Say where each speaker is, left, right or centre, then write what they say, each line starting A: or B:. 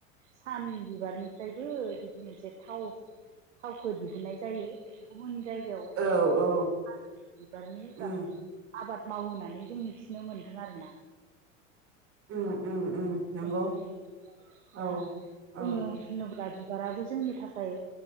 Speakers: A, on the right; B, on the right.
A: सान बिबारनिफ्रायबो बिदि मोनसे थाव थावखौ दिहुननाय जायो। गुबुन जायगायाव
B: औ
A: बे
B: औ
A: बिबारनि बा
B: उम
A: आबाद मावहानै जों मिथिनो मोन्दों आरोना।
B: उम उम। उम नंगौ
A: जों मिथिनो मोनदों
B: औ
A: दा
B: औ
A: जोङो होनोब्ला ज बिबाराबो जोंनि थाखाय